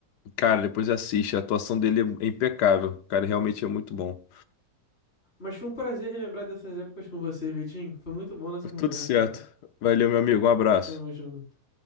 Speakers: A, on the left; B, on the left.
A: Cara, depois assiste. A atuação dele é impecável. O cara realmente é muito bom.
B: Mas foi um prazer relembrar dessas épocas com você, Vitinho. Foi muito bom nessa conversa,
A: Tudo certo.
B: cara.
A: Valeu, meu amigo. Um abraço.
B: Tamo junto.